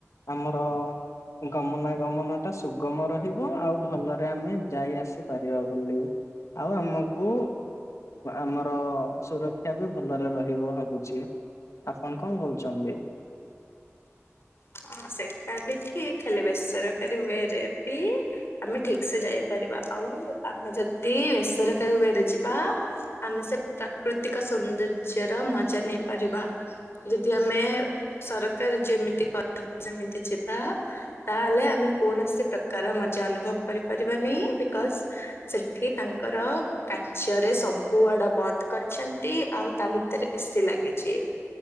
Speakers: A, on the left (about 75°); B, on the left (about 55°).
A: ଆମର, ଗମନାଗମନ ଟା ସୁଗମ ରହିବ ଆଉ ଭଲରେ ଆମେ ଯାଇ ଆସିପାରିବା ବୋଲି, ଆଉ ଆମକୁ ଆମର ସୁର ଶିକ୍ଷା ବି ଭଲରେ ରହିବ ଭାବୁଛି ଆପଣ କଣ କହୁଛନ୍ତି?
B: ହଁ ସେଇଟା ବି ଠିକ୍ ହେଲେ ବେସରକାରୀ ୱେରେ ବି, ଆମେ ଠିକ୍ ସେ ଯାଇପାରିବା ଆଉ ଆମେ ଯଦି ବେସରକାରୀ ଉଭୟରେ ଯିବା, ଆମେ ସେ ପ୍ରାକୃତିକ ସୌନ୍ଦର୍ଯ୍ୟ ର ମଜା ନେଇପାରିବା, ଯଦି ଆମେ ସରକାର ଯେମିତି କ ଯେମିତି ଯିବା, ତାହେଲେ ଆମେ କୌଣସି ପ୍ରକାର ମଜା ଅନୁଭବ କରିପାରିବାନି ବିକଜ୍, ସେଠି ତାଙ୍କର, କାଚରେ ସବୁ ଆଡ଼ ବନ୍ଦ କରିଛନ୍ତି ଆଉ ତା ଭିତରେ ଏସିି ଲାଗିଛି,